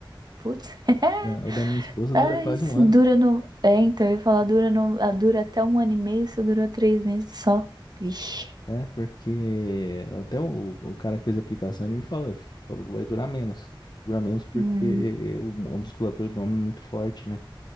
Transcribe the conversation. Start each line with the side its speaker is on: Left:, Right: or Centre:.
Right: Putz. <laughs>
Left: O da, o da minha esposa
Right: Ah,
Left: dura quase
Right: isso
Left: um ano.
Right: dura no. É, então, eu ia falar, dura, no... ah, dura até um ano e meio, só durou três meses só. Vixe.
Left: né? Porque até o, o cara que fez a aplicação, ele me falou, falou que vai durar menos. Dura menos porque
Right: Hum,
Left: o, a musculatura do homem é muito forte, né?